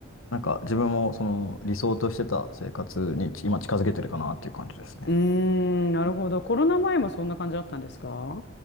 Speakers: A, on the left (about 90°); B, on the left (about 55°).
A: なんか自分もその理想としてた生活にち今近づけてるかなっていう感じですね。
B: うーん、なるほど。
A: うん
B: コロナ前もそんな感じだったんですか